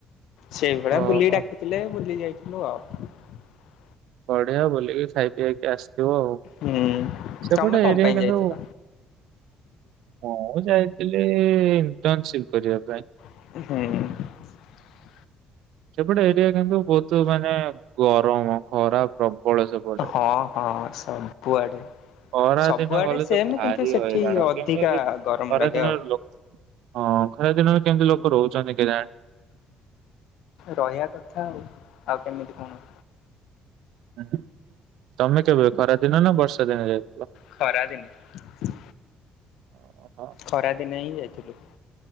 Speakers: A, on the left; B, on the right.
A: ସେ ଭଲିଆ
B: ଓହୋ
A: ବୁଲି ଡାକିଥିଲେ ବୁଲିଯାଇଥିଲି। <inaudible>
B: ବଢିଆ ବୁଲିକି ଖାଇପିଇ କି ଆସିଛ। ଯିବ ଆଉ
A: ହୁଁ
B: ସେପଟେ
A: ତମେ କଣ
B: ଏରିଆ
A: ପାଇଁ
B: କିନ୍ତୁ
A: ଯାଇଥିଲ?
B: ହଁ ଯାଇ। ହେଲେ ଇଣ୍ଟର୍ନସିପ କରିବା ପାଇଁ।
A: ହୁଁଉ।
B: ସେପଟେ ଏରିଆ କିନ୍ତୁ ବହୁତ ମାନେ ଗରମ ଖରା ପ୍ରବଳ। ଖରା ସେପଟେ
A: ହଁ ହଁ ସବୁଆଡେ
B: ଖରାଦିନ
A: ସବୁଆଡେ
B: ଗଲେ
A: ସେମ୍
B: ତ ଭାରି
A: କିନ୍ତୁ ସେଠି
B: ହଇରାଣ
A: ଅଧିକା
B: କେମିତି ଖରାଦିନରେ
A: ଗରମ ଲାଗେ ଆଉ
B: ଲୋକ ହଁ ଖରାଦିନରେ କେମିତି ଲୋକ ରହୁଛନ୍ତି। କେଜାଣି।
A: ରହିବା କଥା ଆଉ ଆଉ କେମିତି କଣ।
B: <inaudible> ତମେ କେବେ ଖରାଦିନ ନା ବର୍ଷା। <inaudible>
A: ଖରା ଦିନେ
B: ଓହୋ
A: ଖରା ଦିନେ ହିଁ ଯାଇଛି। <inaudible>